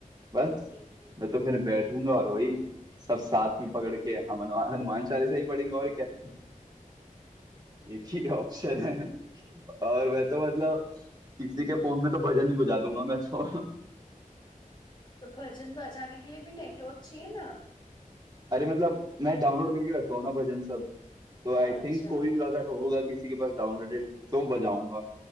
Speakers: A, on the right (about 30°); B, on the left (about 35°).
A: बस
B: ठीक है
A: मैं तो फिर बैठूंगा और वही सब साथ में पकड़ के हम हनुमान हनुमान चालीसा ही पढ़ेंगे और क्या <laughs> एक ही ऑप्शन है और मैं तो मतलब किसी के फोन में तो भजन ही बजा दूंगा मैं तो <laughs>
B: पर भजन बजाने के लिए भी नेटवर्क चाहिए ना
A: अरे मतलब मैं डाउनलोड करके रखता हूँ ना भजन सब तो आई
B: अच्छा
A: थिंक कोई अगर होगा किसी के पास डाउनलोडेड तो बजाऊंगा